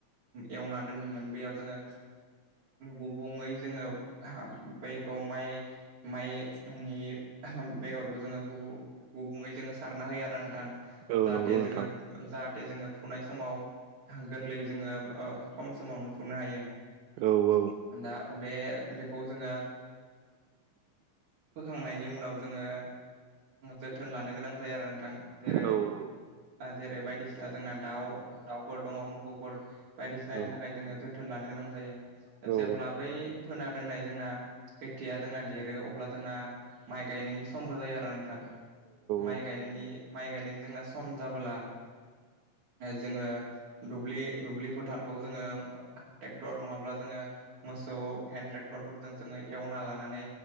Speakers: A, on the right; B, on the right.
A: एवना दोन्दोंमोन बेयाव जोङो गुबुङै जोङो बैखौ माइ माइनि बेगरखौ जोङो गुब गुबुङै जोङो सारना होयो आरो नोंथां
B: औ
A: जाहाथेजोंङो
B: नंगौ नोंथां
A: जा जाहाथे जोङो फुनाय समाव गोरलै जोङो खम समावनो फुनो हायो
B: औ औ
A: दा बे बेखौ जोङो फोखांनायनि उनाव जोङो जोथोन लानो गोनां जायो आरो नोंथां जेरै
B: औ औ
A: जेरै बायदिसिना जोंना दाउ दाउफोर दङ मोखौफोर बायदिसिनानि
B: औ
A: थाखाय जोङो जोथोन लानो गोनां जायो जेब्ला
B: औ
A: बै फोना दोननाय जोंना खैथिया जोंना देरो अब्ला जोंना माइ गायनायनि समबो जायो आरो नोंथां माइ
B: औ
A: गायनायनि माइ गायनाय ददोंना सम जाबोला। जोङो दुब्लि दुब्लि फोथारखौ जोङो ट्रेक्टर नङाब्ला जोङो मोसौ हेन्द ट्रेक्टर फोरजों जोङो एवना लानानै